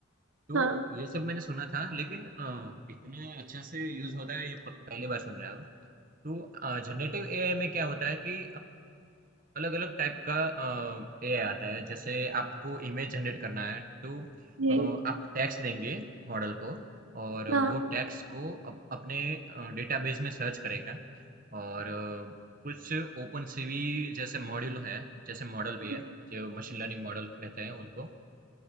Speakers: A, on the right; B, on the right.
A: तो
B: हाँ
A: ये सब मैंने सुना था लेकिन अ, इतने अच्छे से यूज़ होता है ये प पहली बार सुन रहा हूँ। तो जनरेटिव एआई में क्या होता है कि अलग अलग टाइप का एआई आता है जैसे आपको इमेज जनरेट करना है तो
B: जी
A: अ, आप टैक्स देंगे मॉडल को और
B: हाँ
A: वो टैक्स को अप, अपने डेटाबेस में सर्च करेगा और अ, कुछ ओपन सीवी जैसे मॉड्यूल है जैसे मॉडल
B: हम्म,
A: भी है जो मशीन लर्निंग मॉडल कहते हैं उनको